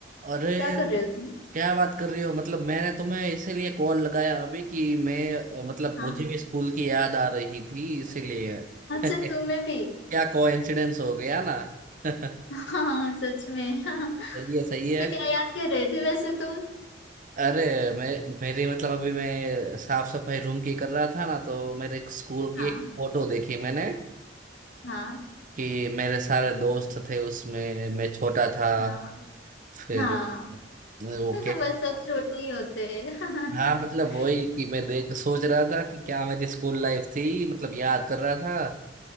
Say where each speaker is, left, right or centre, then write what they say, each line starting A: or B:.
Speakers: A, on the right; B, on the left.
A: अरे
B: क्या कर रहे हो तुम
A: क्या बात कर रही हो मतलब मैंने तुम्हें इसीलिए कॉल लगाया अभी कि मैं अ, मतलब
B: हाँ
A: मुझे भी स्कूल की याद आ रही थी इसीलिए
B: अच्छा
A: <laughs>
B: तुम्हें भी
A: क्या कोइंसिडेंस हो गया ना <laughs> सही
B: हाँ सच में हाँ
A: है सही है
B: तो क्या याद कर रहे थे वैसे तुम
A: अरे मैं मेरी मतलब अभी मैं साफ सफाई रूम की कर रहा था ना तो मेरे स्कूल की
B: हाँ
A: एक फोटो देखी मैंने
B: हाँ
A: कि मेरे सारे दोस्त थे उसमें मैं छोटा था
B: हाँ
A: फिर
B: हाँ
A: वो
B: <laughs> बस सब छोटे ही होते हैं
A: हाँ मतलब
B: <laughs>
A: वही कि मैं देख सोच रहा था कि क्या मेरी स्कूल लाइफ थी मतलब याद कर रहा था